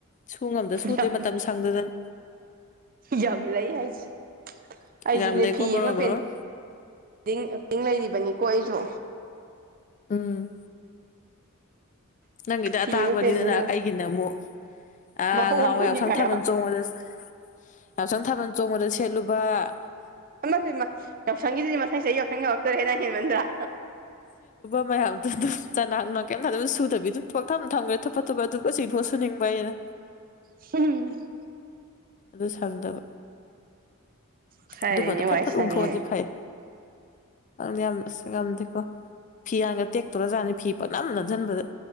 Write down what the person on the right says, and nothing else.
ꯌꯥꯝ
ꯌꯥꯝ ꯂꯩ ꯍꯥꯏꯁꯤ ꯑꯩꯁꯨꯅꯦ
ꯐꯤ
ꯑꯃ ꯄꯦꯟ
ꯇꯤꯡ ꯇꯤꯡ ꯂꯩꯔꯤꯕꯅꯤꯀꯣ ꯑꯩꯁꯨ
ꯐꯤ ꯑꯃ ꯄꯦꯟꯗꯤꯡ ꯂꯩ
ꯑꯍꯣꯡꯕꯅꯤ
ꯀꯥꯏꯌꯣ
<unintelligible> ꯌꯥꯎꯁꯪꯒꯤꯗꯨꯗꯤ ꯃꯊꯪ ꯆꯍꯤ ꯌꯥꯎꯁꯪ ꯌꯧꯔꯛꯇꯧꯔꯦ ꯅꯪ ꯍꯦꯟꯃꯟꯗ꯭ꯔꯥ
<unintelligible>
ꯈꯔꯗꯤ
ꯋꯥꯏ
ꯁꯪꯉꯦꯅꯦ